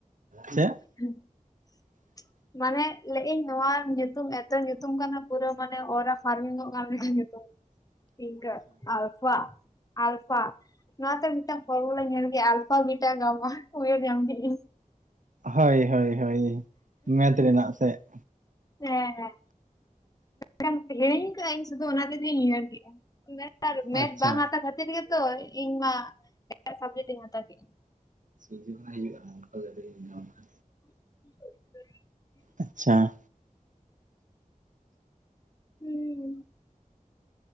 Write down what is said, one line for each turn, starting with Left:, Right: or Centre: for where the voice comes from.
Right: ᱪᱮᱫ?
Left: ᱦᱮᱸ <inaudible>
Right: <unintelligible>
Left: ᱢᱟᱱᱮ, ᱞᱮᱜ ᱟᱹᱧ ᱱᱚᱣᱟ ᱧᱩᱛᱩᱢ, ᱮᱛᱚ ᱧᱩᱛᱩᱢ ᱠᱟᱱᱟ ᱯᱩᱨᱟᱹ᱾ ᱢᱟᱱᱮ, ᱚᱨᱟ ᱯᱷᱟᱨᱢᱤᱝᱚᱜ ᱢᱟ, ᱧᱩᱛᱩᱢ ᱾
Right: <inaudible>
Left: <unintelligible> ᱟᱞᱯᱷᱟ, ᱟᱞᱯᱷᱟ ᱾ ᱱᱚᱣᱟᱛᱮ, ᱢᱤᱫᱴᱟᱝ ᱯᱷᱨᱢᱩᱞᱟ. ᱩᱭᱟᱦᱟᱨ ᱠᱮᱫᱟ᱾ ᱟᱞᱯᱷᱟ, ᱵᱤᱴᱟ., ‌ ᱜᱟᱢᱟ ᱾ ᱩᱭᱦᱟᱨ ᱧᱟᱢ ᱠᱮᱜᱟᱸᱧ ᱾
Right: ᱦᱳᱭ, ᱦᱳᱭ, ᱦᱳᱭ ᱾ ᱢᱮᱛᱷ ᱨᱮᱱᱟᱜ ᱥᱮ?
Left: ᱦᱮᱸ ᱦᱮᱸ ᱦᱤᱲᱤᱧ, <unintelligible> ᱤᱧ ᱥᱩᱫᱷᱩ ᱚᱱᱟ, ᱛᱮᱜᱤᱧ ᱩᱭᱦᱟᱹᱨ ᱠᱮᱫᱼᱟ ᱾ ᱢᱮᱱ ᱟᱨ ᱢᱮᱛᱷ
Right: ᱟᱪᱪᱷᱟ
Left: ᱵᱟᱝ, ᱦᱟᱛᱟᱣ ᱠᱷᱟᱛᱤᱨ ᱾ ᱠᱷᱟᱛᱤᱨ ᱜᱮᱛᱚ, ᱤᱧ ᱢᱟ ᱮᱴᱟᱜ ᱥᱟᱵᱡᱮᱠᱴ, ᱤᱧ ᱦᱟᱛᱟᱣ ᱠᱮᱫ-ᱟ ᱾
Right: ᱥᱩᱡᱤ ᱦᱩᱭᱩᱜ ᱟ <inaudible> ᱤ <inaudible>
Left: <inaudible> <unintelligible>
Right: ᱟᱪᱪᱷᱟ ᱾
Left: ᱩᱸᱻ ᱾